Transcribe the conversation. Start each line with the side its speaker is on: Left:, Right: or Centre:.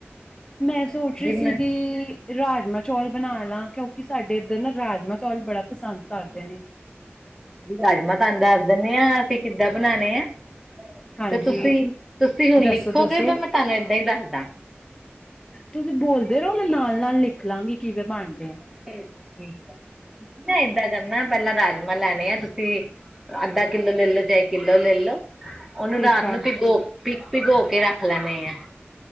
Left: ਮੈਂ ਸੋਚ ਰੀ
Centre: ਬਣਾ
Left: ਸੀਗੀ ਰਾਜਮਾਂ ਚੌਲ ਬਣਾ ਲਾ ਕਿਉਂਕਿ ਸਾਡੇ ਇੱਧਰ ਨਾ ਰਾਜਮਾਂ ਚੌਲ ਬੜਾ ਪਸੰਦ ਕਰਦੇ ਨੇ
Centre: ਰਾਜਮਾਂ ਤੁਹਾਨੂੰ ਦੱਸ ਦਿੰਨੇ ਆ ਅਸੀਂ ਕਿੱਦਾਂ ਬਣਾਣੇ ਆ
Left: ਹਾਂਜੀ
Centre: ਤੇ ਤੁਸੀਂ ਤੁਸੀਂ ਹੁਣ
Left: ਦੱਸੋ
Centre: ਲਿਖੋਗੇ
Left: ਦੱਸੋ
Centre: ਤਾਂ ਮੈਂ ਤੁਹਾਨੂੰ ਏਦਾਂ ਹੀ ਦੱਸਦਾ
Left: ਤੁਸੀਂ ਬੋਲਦੇ ਰਹੋ ਮੈਂ ਨਾਲ ਨਾਲ ਲਿਖ ਲਾਂਗੀ ਕਿਵੇਂ ਬਣਦੇ ਆ
Centre: ਠੀਕ ਠੀਕ ਹੈ ਮੈਂ <unintelligible> ਏਦਾਂ ਕਰਨਾ ਪਹਿਲਾਂ ਰਾਜਮਾਂ ਲੈਣੇ ਆ ਤੁਸੀਂ ਅੱਧਾ ਕਿੱਲੋ ਲੈਲੋ ਚਾਹੇ ਕਿੱਲੋ ਲੈਲੋ ਉਹਨੂੰ
Left: ਠੀਕ
Centre: ਰਾਤ
Left: ਆ
Centre: ਨੂੰ ਭਿਗੋ ਪਿਕ ਭਿਗੋ ਕੇ ਰੱਖ ਲੈਨੇ ਐ